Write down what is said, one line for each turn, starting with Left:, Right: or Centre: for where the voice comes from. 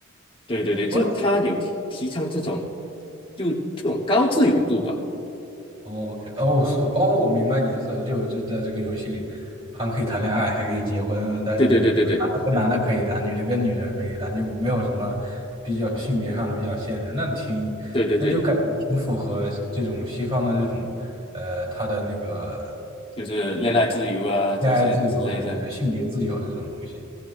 Left: 对对对，就他有提提倡这种，
Right: 我
Left: 就这种高自由度吧。
Right: OK 哦，我说哦，我明白你的意思了，就是在这个游戏里还可以谈恋爱，还可以结婚，但是男的跟男的可以谈，
Left: 对对对对对
Right: 女的跟女的可以谈，就没有什么比较性别上的比较限制。那挺，
Left: 对对对，
Right: 那就感觉挺符合这种西方的这种呃，他的那个
Left: 就是恋爱自由啊这些之类的。
Right: 恋爱自由，对对对，性别自由这种东西，